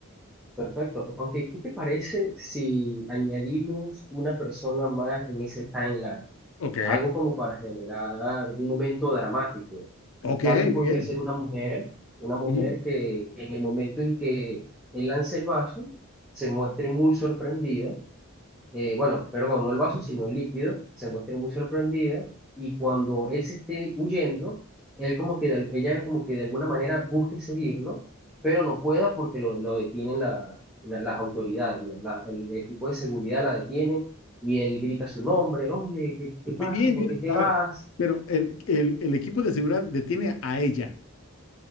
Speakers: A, in the centre; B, on the left (about 65°).
A: perfecto. Aunque, ¿qué te parece si añadimos una persona más en ese timeline?
B: Ok,
A: Algo como para generar un momento dramático
B: Ok,
A: Tal vez podría
B: bien.
A: ser una mujer, una mujer
B: Ujú.
A: que, que en el momento en que él lance el vaso, se muestre muy sorprendida, eh, bueno, perdón, no el vaso, sino el líquido, se muestre muy sorprendida y cuando él se esté huyendo, él como que de- ella como que de alguna manera busque seguirlo, pero no pueda porque lo, lo detienen la- la- las autoridades, ¿no? La- el equipo de seguridad la detiene y él grita su nombre, oye, ¿qué, qué pasa?
B: Muy bien,
A: ¿Por
B: bien.
A: qué te
B: A
A: vas?
B: ver, pero el, el- el equipo de seguridad detiene a ella.